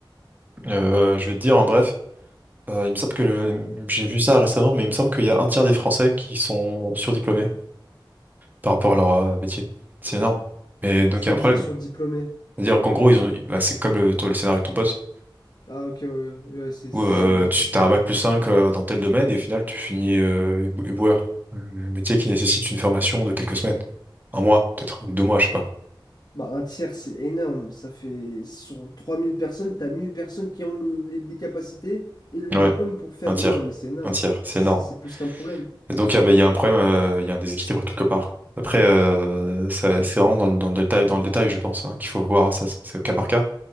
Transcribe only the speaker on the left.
C'est-à-dire
sur diplômé.
Ah, ok, ouais, ouais, ouais, c'est
c'est
une dingue.
Bah, un tiers, c'est énorme. Ça fait sur 3000 personnes, t'as 1000 personnes qui ont le- les, les capacités et le
diplôme pour faire.
Non, mais c'est énorme.
C'est
c'est- c'est plus qu'un problème.